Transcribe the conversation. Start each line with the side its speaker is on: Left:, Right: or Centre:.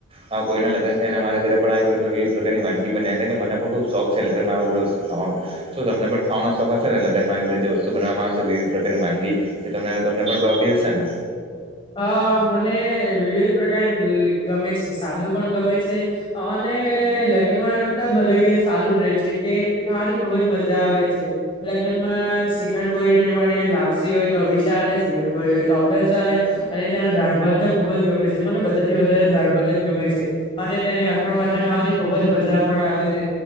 Right: હ કોઈ ના લગનાય ને મારા ઘરે પણ આવી વિવિધ પ્રકારની વાનગી બનેને મને પણ ખુબ શોખ છે, લગનમાં બધી વસ્તુ ખ વા શ તમને પણ ખાવાનો શોખ હશે ને લગન માં બધી જે વસ્તુ બનાવામાં આવેશેધ પ્રકારની વાનગી એ ત તમને પણ ભાવટી હશે ને
Left: હ મને વિવિધ પ્રકાર ગમે છે સાદુ પણ ગમે છે, અને અને લગ્ન માં એમ તો બધા સારું જ રહે છે કે ખાવાની ખુબજ મજા આવે છે. લગન માં શીખણ પોરીમા લાપસી હોય તોી ચાલે શિખણ પોરી હોય તો ચાલે અને તેનો દાળ ભાત ખુબ જ ગમે છે. મને બધાથી વધારે દાળ ભાત જ ગમે છે, અને તેને અથાણ ખાવાની ખુબ જ મજા પણ આવે છે,